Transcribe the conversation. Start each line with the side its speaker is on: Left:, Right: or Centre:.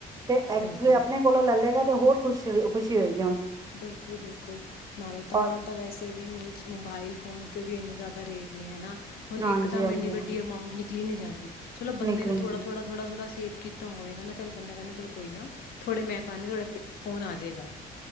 Right: ਤੇ ਐਕਚੁਲੀ
Left: ਬਿਲਕੁਲ
Right: ਆਪਣੇ ਕੋਲੋਂ ਲੈ ਲਏਗਾ ਤੇ ਹੋਰ ਖੁਸ਼ ਰਈ ਓਹ ਖੁਸ਼ੀ ਹੋਈ
Left: ਬਿਲਕੁਲ- ਬਿਲਕੁਲ ਨਾਲੇ ਤਾਂ
Right: ਔਰ
Left: ਹੁਣ ਤਾਂ ਵੈਸੇ ਵੀ ਮੀਨਸ ਮੋਬਾਇਲ ਫੋਨ ਤੇ ਵੀ ਇੰਨੇ ਜ਼ਿਆਦਾ ਰੇਟ ਨੇ ਹਨਾ ਹੁਣ
Right: ਹਾਂਜੀ-ਹਾਂਜੀ
Left: ਇੱਕਦਮ ਇੰਨੀ ਵੱਡੀ ਅਮਾਊਂਂਟ ਨਿਕਲੀ ਨੀ ਜਾਂਦੀ ਚਲੋ ਬੰਦੇ
Right: ਨਿਕਲਣਗੇ
Left: ਨੇ ਥੋੜ੍ਹਾ-ਥੋੜ੍ਹਾ, ਥੋੜ੍ਹਾ-ਥੋੜ੍ਹਾ ਸੇਵ ਸੇਵ ਕੀਤਾ ਹੋਵੇਗਾ ਨਾ ਚੱਲ ਬੰਦਾ ਕਹਿੰਦਾ ਚਲ ਕੋਈ ਨਾ ਥੋੜੇ ਮੈਂ ਪਾ ਦਿੰਨਾ ਤੁਹਾਡਾ ਫੋਨ ਆ ਜੇਗਾ।